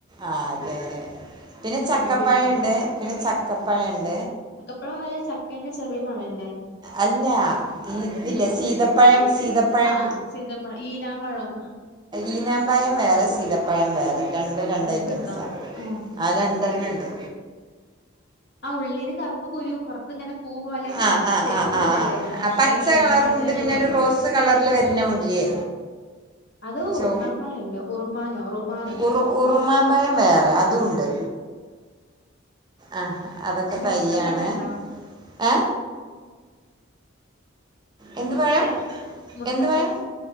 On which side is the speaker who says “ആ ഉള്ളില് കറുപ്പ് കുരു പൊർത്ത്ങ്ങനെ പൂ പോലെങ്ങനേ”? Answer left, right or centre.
Left